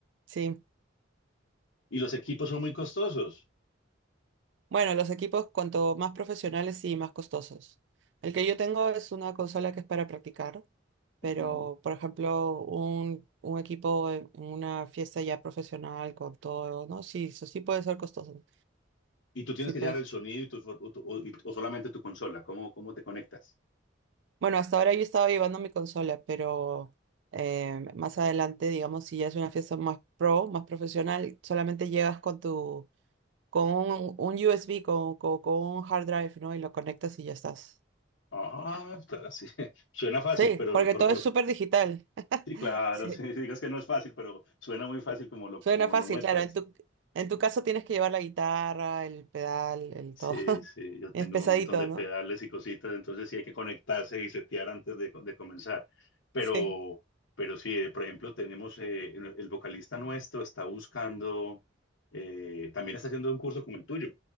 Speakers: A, on the right; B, on the left.
A: sí.
B: Y los equipos son muy costosos.
A: Bueno, los equipos cuanto más profesionales y más costosos. El que yo tengo es una consola que es para practicar, pero
B: Ujú.
A: por ejemplo, un, un equipo en en una fiesta ya profesional con todo, ¿no? Sí, eso sí puede ser costoso.
B: Y tú tienes
A: Sí,
B: que
A: pues.
B: llevar el sonido y tu, o, tu- o- y- o solamente tu consola. ¿Cómo, cómo te conectas?
A: Bueno, hasta ahora yo estaba llevando mi consola, pero eh, más adelante, digamos, si ya es una fiesta más pro, más profesional, solamente llegas con tu, con un, un USB, con, con, con un hard drive, ¿no? Y lo conectas y ya estás.
B: Ah, claro, sí. <laughs> Suena fácil,
A: Sí,
B: pero,
A: porque
B: pero-
A: todo
B: pero-
A: es súper digital. <laughs>
B: sí, claro,
A: Sí,
B: <laughs> sí, digas que no es fácil, pero suena muy fácil como lo,
A: suena
B: como
A: fácil,
B: lo muestras.
A: claro. En tu, en tu caso tienes que llevar la guitarra, el pedal, el
B: Sí,
A: todo. <laughs>
B: sí, yo tengo
A: Es pesadito,
B: un montón de pedales
A: ¿no?
B: y cositas, entonces sí hay que conectarse y setear antes de, de comenzar. Pero,
A: Sí.
B: pero sí, eh, por ejemplo, tenemos eh, el el vocalista nuestro está buscando, eh, también está haciendo un curso como el tuyo,